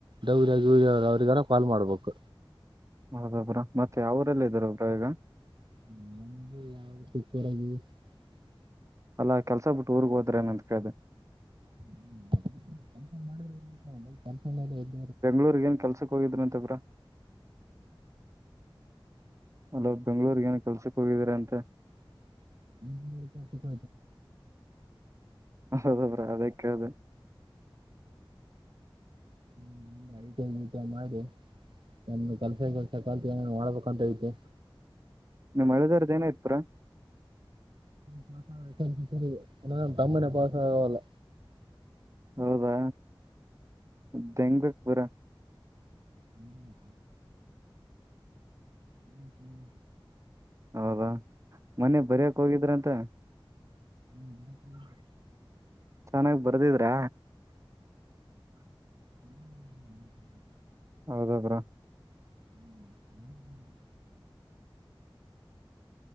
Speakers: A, on the right; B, on the right.
A: ಗೌರಿ ಅವ್ರಗಾರ ಕಾಲ್ ಮಾಡ್ಬೇಕು
B: ಹೌದೊ ಬ್ರೋ ಮತ್ತೆ ಅವ್ರಲ್ಲ ಇದಾರೆ ಬ್ರೋ ಈಗ
A: <unintelligible>
B: ಅಲ್ಲಾ ಕೆಲ್ಸ ಬಿಟ್ಟು ಊರ್ಗ್ ಹೋದ್ರೆ ಏನಂತ ಕೇಳ್ದೆ
A: <unintelligible> ಕೆಲ್ಸ ಮಾಡಿ
B: ಬೆಂಗಳೂರಿಗೆ ಏನ್ ಕೆಲ್ಸಕ್ಕೆ ಹೋಗಿದ್ರಂತಾ ಬ್ರೋ ಅಲ್ಲ ಬೆಂಗ್ಗಳೂರ್ಗ ಏನ್ ಕಲ್ಸಕ್ ಹೋಗಿದೀರ ಅಂತೆ
A: <unintelligible> ಹ್ಮ್
B: ಹೌದ ಬ್ರೋ ಅದೇ ಕೇಳ್ದೆ
A: ಹ್ಮ್ ಐಟಂ ಗಿಟಂ ಮಾಡಿ <inaudible> ಏನರು ಕೆಲ್ಸ ಗಿಲ್ಸ ಕಲ್ತ್ ಏನಾನ ಮಾಡ್ಬೇಕಂತೈತೆ
B: ನಿಮ್ಮ್ ಹಳಿ ದೇವ್ರುದ್ ಏನಾಯ್ತ್ ಬ್ರೋ
A: ಪಾಸಾಗೈತು ಈ ಸರಿ ಇನ್ನ ನನ್ ತಮ್ಮನೆ ಪಾಸಾಗವಲ್ಲ
B: ಹೌದಾ <unintelligible>
A: ಹ್ಮ್ ಹ್ಮ್ ಹ್ಮ್
B: ಹೌದಾ ಮನ್ನೆ ಬರಿಯಾಕೋಗಿದ್ರಂತೆ
A: ಹ್ಮ್ ಹ್ಮ್ ಹ್ಮ್
B: ಚೆನ್ನಾಗ್ ಬರ್ದಿದ್ರ
A: ಹ್ಮ್ ಹ್ಮ್ ಹ್ಮ್
B: ಹೌದು ಬ್ರೋ
A: <unintelligible>